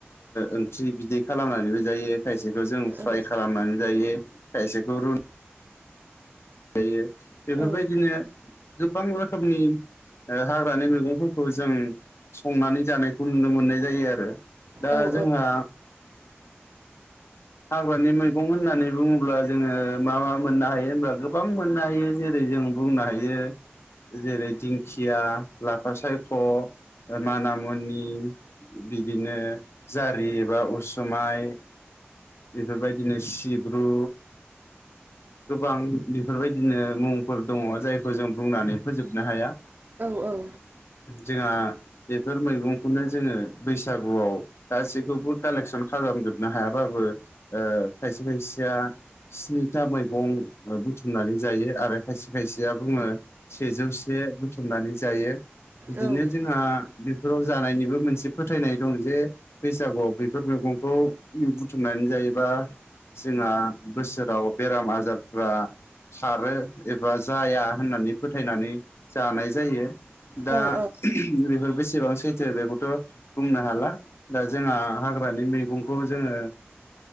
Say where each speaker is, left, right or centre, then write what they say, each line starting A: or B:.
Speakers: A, on the left; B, on the right.
A: ओंख्रि बिदै खालामनानैबो जायो खायसेखौ जों फ्राय
B: उम
A: खालामनानै जायो खायसेखौ रुना जायो बेफोरबायदिनो
B: औ
A: गोबां रोखोमनि ओ हाग्रानि मैगंफोरखौ जों संनानै जानायखौ नुनो मोननाय जायो आरो दा
B: औ औ
A: जोंहा हाग्रानि मैगं होननानै बुङोब्ला जोङो मा मा मोननो हायो होनबब्ला गोबां मोननो हायो जेरै जों बुंनो हायो जेरै दिंखिया लाफा सायख' मानामुनि बिदिनो जारि एबा उसुमाइ बेफोरबायदिनो सिब्रु गोबां बेफोरबायदिनो मुंफोर दङ जायखौ जों बुंनानै फोजोबनो हाया
B: औ
A: जोंहा बेफोर मैगंखौनो जोङो बैसागुआव गासैखौबो कालेक्सन खालामजोबनो हायाबाबो खायसे खायसेया स्निथा मैगं बुथुमनानै जायो आरो खायसे खायसेया बुङो सेजौसे बुथुमनानै जायो बिदिनो
B: ओं
A: जोंहा बेफोराव जानायनिबो मोनसे फोथायनाय दं जे बैसागुआव बेफोर मैगंखौ बुथुम बुंनानै जायोैबा जोंहा बोसोराव बेराम आजारफ्रा खारो एबा जाया होननानै फोथायनानै जानाय जायो दा
B: ओं
A: बेफोर बेसेबां सैथो बेखौथ' बुंनो हाला दा जोंहा हाग्रानि मैगंखौ जोङो